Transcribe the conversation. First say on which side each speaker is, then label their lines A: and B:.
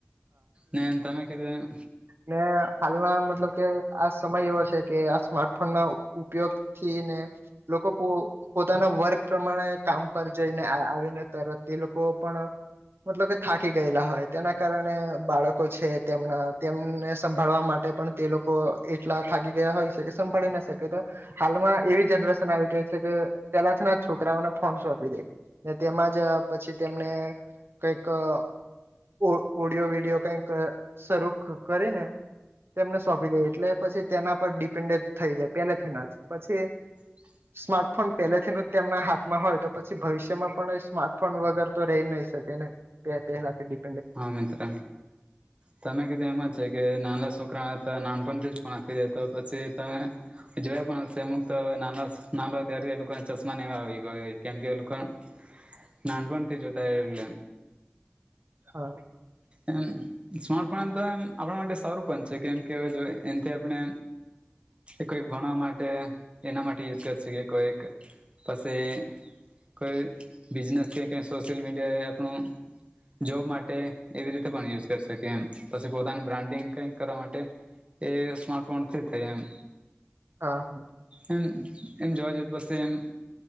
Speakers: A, on the right (about 30°); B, on the right (about 75°).
A: ને તમે કીધું એમ
B: કે હાલના મતલબ કે આ સમય એવો છે કે આ સ્માર્ટફોન ના ઉપયોગ થી ને લોકો પો પોતાના વર્ક પ્રમાણે કામ પર જઈને આ આવીને તરત એ લોકો પણ મતલબ કે થાકી ગયેલા હોય તેના કારણે બાળકો છે તેમના તેમને સંભાળવા માટે પણ તે લોકો અ એટલા થાકી ગયા હોય છે કે સંભાળી ના શકે તો હાલમાં એવી જનરેશન આવી ગઈ છે કે પેલા છે ને આ છોકરાઓને ફોન સોંપી દે ને તેમાં જ અ પછી તેમને કઈક અ ઓ ઓડિયો વિડિયો કઈક અ શરૂ ક કરે ને તેમને સોંપી દે એટલે પછી તેના પર ડિપેન્ડેડ થઈ જાય પેલેથી ના પછી
A: <inaudible>
B: સ્માર્ટફોન પેલે થી નું તેમના હાથમાં હોય તો પછી ભવિષ્યમાં પણ સ્માર્ટફોન વગર તો રહી જ નહી શકે ને પે પહેલા થી
A: હા મિત્ર તમે કીધું એમ જ છે કે નાના છોકરાઓ ને તો નાનપણથી જ ફોન આપી દે તો પછી તમે જોયા પણ હશે અમુક અ ના નાના હોય ત્યારે એ લોકોને ચશ્મા નેવા આવી ગયો કેમ કે એ લોકા નાનપણથી જોતા એટલે
B: હા
A: એમ સ્માર્ટફોન તો એમ આપણા માટે સારું પણ છે કેમ કે હવે જો એનથી આપણે એ કોઈક ભણવા માટે એના માટે યુઝ કર સે કે કોઈક પસી કોઈ બિઝનેસ કે સોશિયલ મીડિયા એ આપણું જોબ માટે એવી રીતે પણ યુઝ કર શકે એમ પછી પોતાનું બ્રાન્ડિંગ કઈ કરવા માટે એ સ્માર્ટ ફોન થી જ થાય એમ
B: હા હા
A: એમ એમ જોવા જઈ તો સેમ